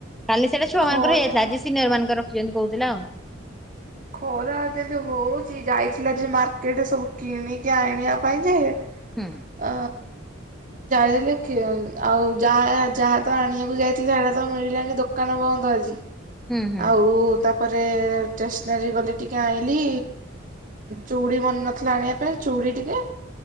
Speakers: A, in the centre; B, on the right (about 40°).
A: କାଲି ସେଇଟା ଛୁଆ
B: ଖରା
A: ମାନଙ୍କର ହେଇଯାଇଥିଲା ଆଜି ସିନିୟର ମାନ ରଖିଛନ୍ତି କହୁଥିଲା ଆଉ।
B: ଖରା ଯେମିଦି ହଉଛି ଯାଇଥିଲା ଯେ ମାର୍କେଟ ସବୁ କିଣିକି ଆଣିବା ପାଇଁ ଯେ
A: ହୁଁ।
B: ଆ ଯାଇଥିଲେ କି ଆଉ ଯାହା ଯାହା ତ ଆଣିବାକୁ ଯାଇଥିଲେ ସେଟା ତ ମିଳିଲାଣିି ଦୋକାନ ବନ୍ଦ ଆଜି।
A: ହୁଁ ହୁଁ।
B: ଆଉ ତାପରେ ଷ୍ଟେସନାରୀ ଗଲେ ଟିକେ ଆଣିଲି। ଚୁଡ଼ି ମନେ ନଥିଲା ଆଣିବା ପାଇଁ ଚୁଡ଼ି ଟିକେ